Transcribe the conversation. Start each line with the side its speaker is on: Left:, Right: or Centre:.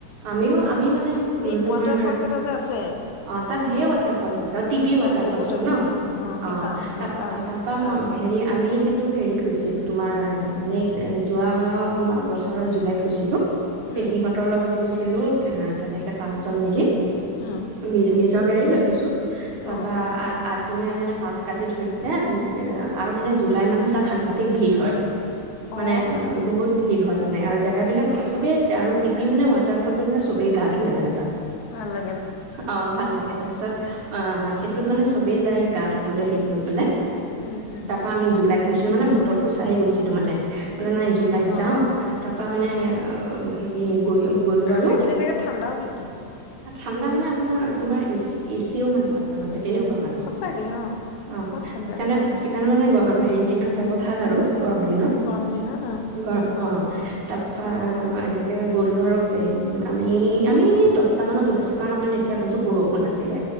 Right: আমিও আমি মানে উম,
Left: এই
Right: তোমাৰ
Left: ৱাটাৰ ফলছ এটা যে আছে
Right: অ তাত ধেৰ ফলচ আছে অ টিপি ৱাটাৰ
Left: বহুত
Right: ফলচটো
Left: আছে
Right: ন?
Left: অ অ সেই
Right: অঁ
Left: তা অ
Right: ত
Left: তালে
Right: তাৰপৰা
Left: তালৈকে
Right: মই
Left: গৈছো
Right: হেৰি আমি সেইটো হেৰিত গৈছিলোঁ তোমাৰ নেক্সট- যোৱা বছৰৰ জুলাইত গৈছিলোঁ।
Left: উম
Right: পেহীহঁতৰ লগত গৈছিলো। এ তেনেকে পাঁচজন মিলি
Left: উম
Right: নিজে নিজ য গাড়ীয়ে লৈ গৈছো। তাৰ
Left: অ
Right: পৰা দিনে মানে পাচ কাটি থৈ দিলে আৰু মানে জুলাই মাহত তাত সাংঘাতিক ভিৰ হয় মানে
Left: অ অ
Right: বহুত ভিৰ হয় মানে আৰু জেগাবিলাক চবেই আৰু টিপি মানে ৱাটাৰফলটো মানে চবেই গাত ধুয়ে মানে তাত
Left: ভালে
Right: অ ভাল লাগে তাৰপিছত অ তত মানে চবেই যায় গা ধুবলৈ হেৰি কৰি পেলাই।
Left: উম উম
Right: তাৰ পৰা আমি জোগাইত গৈছো। মানে বতৰটো চাই গৈছিলো মানে বোলে নাই জুলাইত
Left: অ
Right: যাওঁ তাৰপৰা মানে হেৰি গৈ গ'লো আৰু
Left: সেইখিনি জেগাত ঠাণ্ডাও কিন্তু।
Right: ঠাণ্ডা মানে আপোনাৰ তোমাৰ এচি এচিও মানে পাত্তা নাপাই। তেনেকুৱা মানে।
Left: সঁচাকে অ
Right: অ
Left: বহুত ঠাণ্ডা
Right: সেইকাৰণে
Left: সেইখিনি জেগাত
Right: সেইকাৰণে মানে হেৰি দিনত যাব ভাল আৰু। গৰম দিনত।
Left: গৰম দিনত অ
Right: গৰম অ তাৰ পৰা এনেকে গলো আৰু আমি আমি দছটা মানত ওলাইছো। কাৰণ আমাৰ তেতিয়া বহুত বৰষুণ আছিলে।